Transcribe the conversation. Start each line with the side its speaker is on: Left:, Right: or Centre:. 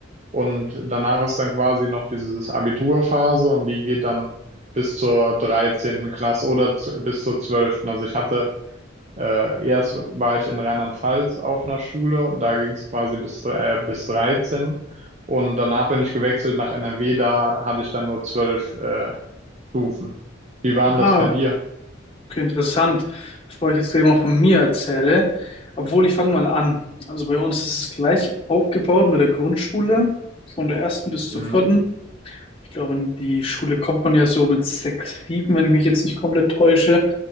Right: Und danach ist dann quasi noch dieses Abiturphase und die geht dann bis zur dreizehnten Klasse oder z- bis zur zwölften Also ich hatte Äh, erst war ich in Rheinland-Pfalz auf einer Schule, da ging es quasi bis, äh, bis dreizehn und danach bin ich gewechselt nach NRW, da hatte ich dann nur zwölf äh, Stufen. Wie waren
Left: Ah.
Right: das bei dir?
Left: Okay, interessant. Bevor ich jetzt gleich mal von mir erzähle, obwohl ich fange mal an. Also bei uns ist es gleich aufgebaut mit der Grundschule, von der ersten bis zur
Right: Mhm.
Left: vierten. Ich glaube, in die Schule kommt man ja so mit sechs, sieben, wenn ich mich jetzt nicht komplett täusche.